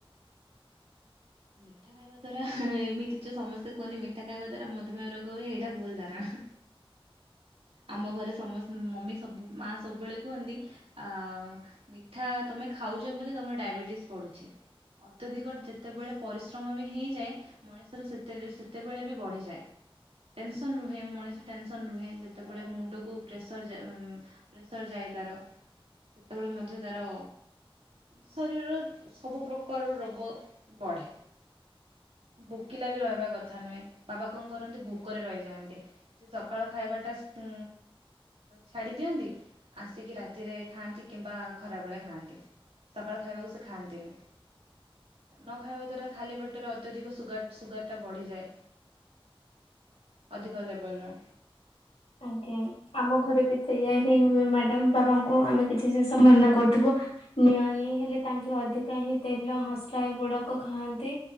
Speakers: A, on the right; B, on the left.
A: ଅ ମିଠା ଖାଇବା ଦ୍ବାରା ଏମିତି ଯୋ ସମସ୍ତେ କୁହନ୍ତି ମିଠାଖାଇବା ଦ୍ବାରା ମଧୁମେହ ରୋଗ ହୁଏ ଏଇଟା ଭୁଲ ଧାରଣା। ଆମ ଘରେ ସମସ୍ତ ମମି ସବୁ ମା ସବୁବେଳେ କୁହନ୍ତି ମି। ମିଠା ତୁମେ ଖାଉଛ ବୋଲି ତୁମର ଡାଇବେଟିସ୍ ପଡ଼ୁଛି। ଅତ୍ୟଧିକ ଯେତେବେଳେ ପରିଶ୍ରମ ବି ହୋଇଇଯାଏ ମଣିଷର ସେ ସେତେବେଳେ ବି ବଢ଼ିଯାଏ। ଟେନସନ ରୁହେ ମଣିଷ ଟେନସନ ରୁହେ। ସେପଟେ ମୁଣ୍ଡକୁ ପ୍ରେସର ପ୍ରେସର ଯାଇ ତାର। ସେତେବେଳେ ମଧ୍ୟ ତାର ଶରୀରରେ ସବୁ ପ୍ରକାର ରୋଗ ବଢ଼େ। ଭୋକିଲା ବି ରହିବା କଥା ନୁହେଁ ବାବା କଣ କରନ୍ତି ଭୋକରେ ରହିଯାଆନ୍ତି। ସେ ସକାଳ ଖାଇବାଟା ଉ ଛାଡ଼ି ଦିଅନ୍ତି ଆସିକି ରାତିରେ ଖାଆନ୍ତି କିମ୍ବା ଖରାବେଳେ ଖାଆନ୍ତି। ସକାଳ ଖାଇବାକୁ ସେ ଖାଆନ୍ତିନି। ନ ଖାଇବା ଦ୍ଵାରା ଖାଲି ପେଟରେ ଅତ୍ୟଧିକ ସୁଗାର ସୁଗାର ଟା ବଢିଯାଏ। ଅଧିକ ଲେବଲ ରୁ।
B: ଆଜ୍ଞା। ଆମ ଘରେ ବି ସେଇଆ ହିଁ ହୁଏ ମ୍ୟାଡାମ ବାବାଙ୍କୁ ଆମେ କିଛି ଜିନିଷ ମନା କରୁଥିବୁ। ନିଅନି ହେଲେ ତାଙ୍କେ ଅଧିକା ହିଁ ତେଲ ମସଲା ଏଗୁଡାକ ଖାଆନ୍ତି।